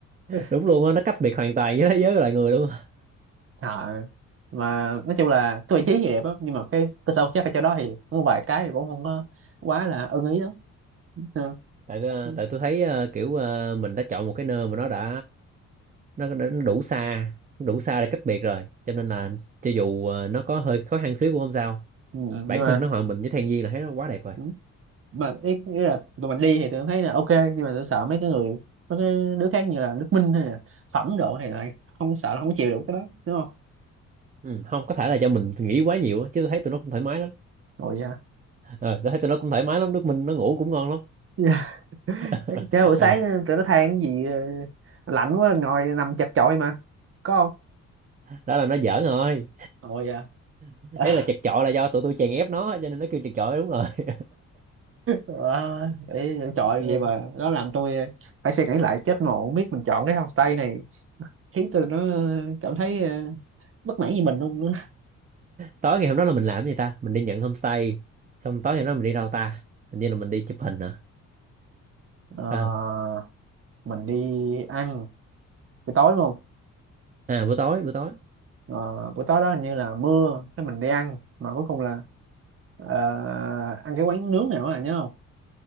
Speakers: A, on the right; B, on the right.
A: <laughs>
B: đúng luôn á nó cách biệt hoàn toàn với thế giới của loài người luôn á.
A: Ờ, mà nói chung là cái vị trí thì đẹp á nhưng mà cái cơ sở vật chất ở chỗ đó thì có vài cái thì cũng không có quá là ưng ý lắm ừ.
B: tại ờ,
A: Ừ.
B: tại tôi thấy ờ, kiểu ờ, mình đã chọn một cái nơi mà nó đã nó, đã nó đủ xa đủ xa để cách biệt rồi cho nên là cho dù ờ, nó có hơi khó khăn xíu cũng không sao
A: Ừ. nhưng
B: bản
A: mà
B: thân nó hòa mình với thiên nhiên là thấy nó quá đẹp rồi
A: ừ. mà ý, ý là tụi mình đi thì tụi mình thấy là ok nhưng mà tôi sợ mấy cái người mấy cái đứa khác như là Đức Minh hay là Phẩm độ thì lại không sợ là không chịu được cái đó đúng không
B: ừ. không có thể là do mình nghĩ quá nhiều á, chứ tôi thấy tụi nó cũng thoải mái lắm
A: ngồi vậy hả?
B: ờ tôi thấy tụi nó cũng thoải mái lắm nước mình nó ngủ cũng ngon lắm
A: Dạ.
B: <laughs>
A: Đấy, Chứ <laughs> buổi sáng
B: Ờ,
A: ờ, tụi nó than cái gì ờ, lạnh quá ngồi nằm chật chội mà có không
B: đó là nó giỡn rồi
A: ngồi vậy
B: đấy
A: hả?
B: là chật
A: <laughs>
B: chội là do tụi tôi chèn ép nó cho nên nó kêu chật chội đúng rồi <laughs>
A: Wow, ý, chọi
B: Ờ.
A: vậy mà nó làm tôi ờ, phải suy nghĩ lại chết mà không biết mình chọn cái homestay này khiến tôi nó ờ, cảm thấy ờ, bất mãn với mình luôn nữa
B: tối ngày hôm đó là mình làm gì ta mình đi nhận homestay xong tối ngày hôm đó mình đi đâu ta hình như là mình đi chụp hình hả
A: Ờ,
B: phải không
A: mình đi ăn buổi tối đúng không
B: à buổi tối buổi tối
A: Ờ, buổi tối đó hình như là mưa cái mình đi ăn mà cuối cùng là ờ, ăn cái quán nướng nào á nhớ không